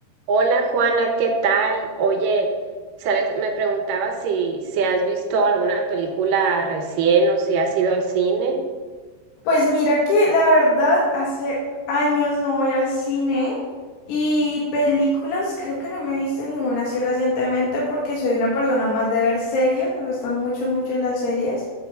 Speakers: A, on the right; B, on the left.
A: Hola Juana, ¿qué tal? Oye, sabes, me preguntaba si, si has visto alguna película recién o si has ido al cine.
B: Pues mira que la verdad hace años no voy al cine y películas creo que no me he visto ninguna así recientemente porque soy una persona más de ver series, me gustan mucho mucho las series,